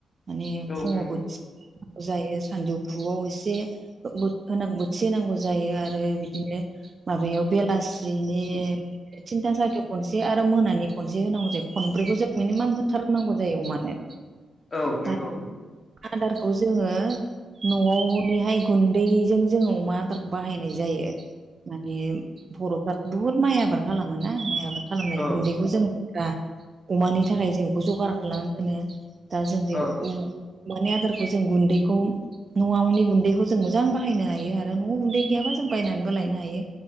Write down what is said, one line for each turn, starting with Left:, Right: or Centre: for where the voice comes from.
Right: माने
Left: औ
Right: फुङाव
Left: नंगौ
Right: बोथि जायो सानजौफुआव एसे <unintelligible> बोथि होनांगौ जायो आरो बिदिनो माबायाव बेलासि बिनि थिनथा सारथायाव खनसे आरो मोनानि खनसे होनांगौ जायो खनब्रैखौ जों मिनिमाम होथारनांगौ जायो अमानो। <inaudible>
Left: औ नंगौ।
Right: दा आदारखौ जोङो न'आवनिहाय गुन्दैजों जोङो अमा आदारखौ बाहायनाय जायो। माने बर'फ्राथ' बुहुत माइ आबाद खालामोना माइ आबाद खालामनाय
Left: औ
Right: गुन्दैखौ जों दा अमानि थाखाय जों बेखौ जगार खालामनानै दोनो दा जों बे
Left: औ
Right: मानि आदारखौ जों गुन्दैखौ न'आवनि गुन्दैखौ जों जों मोजां बाहायनो हायो आरो न'आव गुन्दै गैयाबा जों बायनानैबो लायनो हायो।